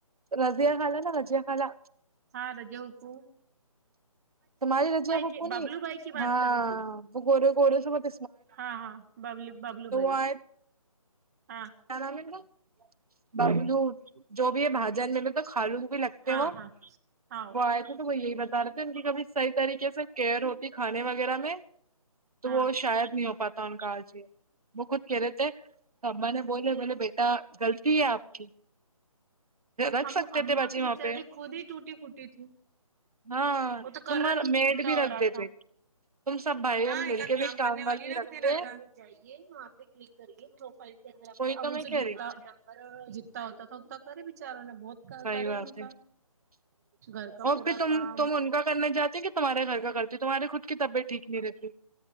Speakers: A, on the right (about 80°); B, on the right (about 25°).
A: رضیہ خالا نا رضیہ خالا
B: ہاں رضیہ پھپھو
A: تمہارے رجیا پپو
B: کی ببلو
A: نہیں
B: بھائی کی بات
A: ہاں
B: کر رہی تو
A: وہ گورے گورے سے بت
B: ہاں ہاں ببلو ببلو بھائی
A: آئے
B: ہاں
A: کیا نام ہے ان کا ببلو جو بھی ہے بھئی جان میں نہ خالو بھی لگتے
B: ہاں
A: ہیں وہ
B: ہاں ہاں
A: وہ آئے تھے تو وہ یہی بتا رہے تھے ان کی کبھی صحیح طریقے سے کیئر ہوتی کھانے وغیرہ میں تو
B: ہاں
A: وہ شاید نہیں ہو پاتا تن آج بھی وہ خود کہ رہے تھے تو اما نے بولے بولے بیٹا غلطی ہے آپ کی رکھ
B: ابو
A: سکتے
B: امم
A: تھے باجی
B: تو
A: وہاں
B: بچاراری
A: پہ
B: خود ہی وٹی فوٹی تھی
A: ہاں
B: وہ تو
A: تمہار
B: کر رہے تھےے
A: میڈ
B: جتتا
A: بھی رکھ
B: ہو رہا
A: دیتے
B: تھا
A: تم سب بھائی بہن
B: ہاں ایکد
A: مل کے
B: کام
A: بھی
B: کرنے والی رکھ
A: رکھتے
B: دینا تھا جائیے وہاں پہ کلک کریے دو فال کے اندر آپ
A: وہی
B: کا اب
A: تو میں
B: سے
A: کہہ
B: جتتا
A: رہی
B: ب جیتتا ہوتا تو ہوتا کری بچاروں نے بہت
A: صحیح
B: کرے
A: بات
B: ان کا
A: ہے
B: گھر کا
A: اور
B: پورا
A: پھر تم
B: کام
A: تم ان کا کرنے جاتی ہے کہ تمہارے گھر کا کرتی تمہارے خود کی طبیعت ٹھیک نہیں رہتی